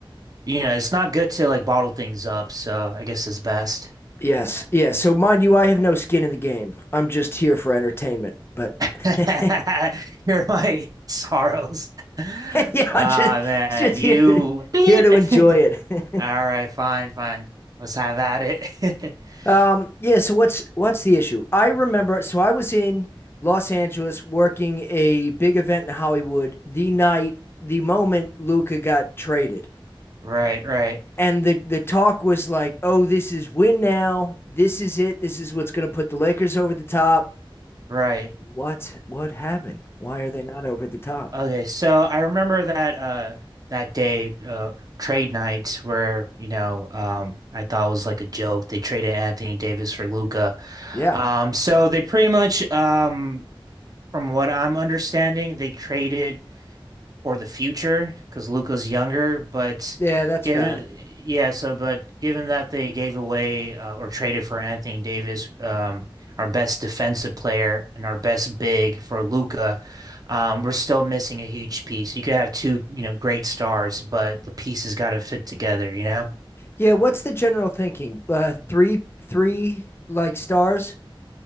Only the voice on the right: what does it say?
you know, it's not good to like bottle things up, so I guess it's best.
<laughs> Here
are my <laughs> sorrows. Ah,
man,
you
beep.
<laughs> All
right, fine, fine. Let's have at it.
<laughs>
Right, right,
right.
Okay, so I remember that uh that day uh trade night where, you know, um I thought it was like a joke. They traded Anthony Davis for Luca.
Um so they pretty much um from what I'm understanding, they traded or the future because Luca's younger, but
given
yeah, so but given that they gave away uh, or traded for Anthony Davis, um, our best defensive player and our best big for Luca, um, we're still missing a huge piece. You could have two, you know, great stars, but the pieces got to fit together, you know?